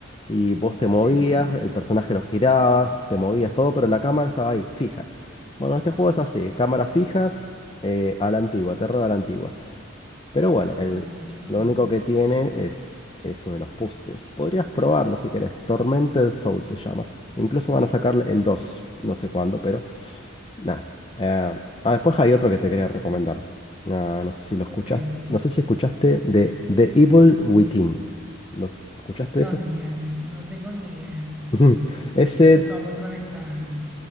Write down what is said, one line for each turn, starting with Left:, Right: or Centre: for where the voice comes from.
Left: y vos te movías,
Centre: Sí.
Left: el personaje lo girabas, te movías todo, pero la cámara estaba ahí, fija. Bueno, este juego es así, cámaras fijas eh, a la antigua, terror a la antigua. Pero bueno,
Centre: Ah,
Left: el,
Centre: ya.
Left: lo único que tiene es eso de los puzzles. Podrías probarlo si querés. Tormented Soul se llama. Incluso van a sacarle el dos no sé cuándo, pero... Nada. Eh, ah, después hay otro que te quería recomendar. Ah, no sé si lo
Centre: Ok.
Left: escuchaste. No sé si escuchaste de The Evil Within. ¿Lo escuchaste
Centre: No,
Left: ese?
Centre: ni idea de eso. No tengo ni idea. No,
Left: <laughs> Ujú. Ese,
Centre: no estaba muy conectada. Dime.